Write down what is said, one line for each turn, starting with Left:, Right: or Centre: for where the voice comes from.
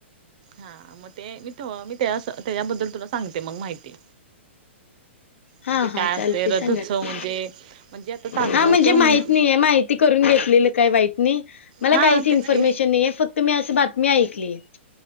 Right: हा मग ते मी मी त्या त्याच्याबद्दल तुला सांगते मग माहिती.
Left: हा
Right: म्हणजे
Left: हा
Right: काय
Left: चालते
Right: असते रथोत्सव
Left: सांगा क
Right: म्हणजे म्हणजे आता तासगावचं
Left: हा म्हणजे माहित
Right: नाहीये
Left: नाही आहे माहिती. ून घेतले काही वाईट नाही मला
Right: हा
Left: काहीच
Right: तेच
Left: इन्फॉर्मेशन
Right: की
Left: नाहीे फक्त त मी अशी बातमी ऐकली.